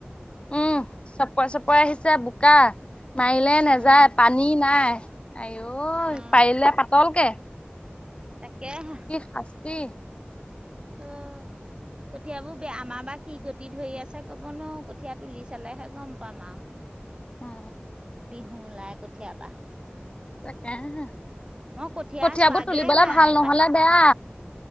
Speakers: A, on the left; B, on the right.
A: উম। চপৰে চপৰে আহিছে বোকা। মাৰিলে নেযায়
B: উম,
A: পানী নাই। আইঔ
B: উম,
A: পাৰিলে পাতলকে।
B: তাকেহে।
A: শাস্তি কি?
B: অ। কঠিয়াবোৰ বেয়া। আমা বা কি গতি ধৰি আছে কব নোৱাৰো, কঠীয়া তুলি চালেহে গম পাম আও।
A: অ।
B: <unintelligible> ওলাই কঠীয়া পা
A: তাকেহে।
B: কঠীয়া
A: কঠিয়াবোৰ
B: চোৱাগে
A: তুলিবলৈ
B: নাই
A: ভাল নহলে
B: পাই
A: বেয়া।